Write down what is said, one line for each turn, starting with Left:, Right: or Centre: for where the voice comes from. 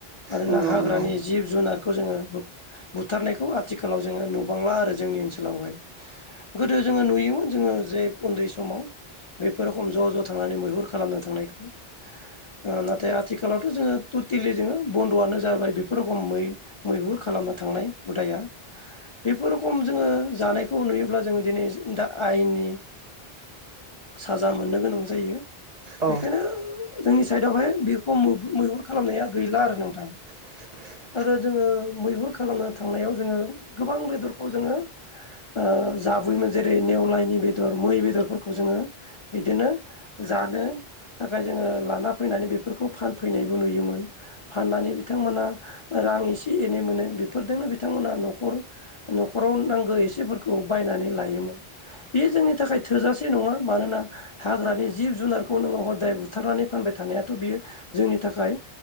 Left: मानोना
Right: नंगौ
Left: हाग्रानि
Right: नंगौ
Left: जिब जुनारखौ जोङो बुथारनायखौ आथिखालाव जोङो नुबांला आरो जोंनि ओनसोलाव हाय। गोदो जोङो नुयोमोन जोङो जे उन्दै समाव बेफोर खम ज' ज' थांनानै मैहुर खालामनो थांनायखौ ओ नाथाय आथिखालावथ' जोङो टटेलि जोङो बन्द'आनो जाबाय बि फोर रखमै मैहुर खालामनो थांनाय हुदाया बेफोर खम जोङो जानायखौ नुयोब्ला जोङो दिनै दा आयेननि साजा मोननो गोनां जायो।
Right: औ
Left: बेखायनो जोंनि साइडआवहाय बेखो मोब मैहुर खालामनाया गैला आरो नोंथां।
Right: <inaudible>
Left: आरो जोङो मैहुर खालामनो थांनायाव जोङो गोबां बेदरखौ जोङो ओ जाबोयोमोन जेरै नेवलायनि बेदर मै बेदरफोरखौ जोङो बिदिनो जानो थाखाय जोङो लाना फैनानै बेफोरखौ फानफैनायबो नुयोमोन। फाननानै बिथांमोना रां एसे एनै मोनो बेफोरदोंनो बिथांमोना न'खर न'खराव नांगैय एसेफोरखौ बायनानै लोयोन बे जोंनि थाखाय थोजासे नङा मानोना हाग्रानि जिब जिब जुनारखौ नोङो हदाय बुथारनानै फानबाय थानायाथ' बियो जोंनि थाखाय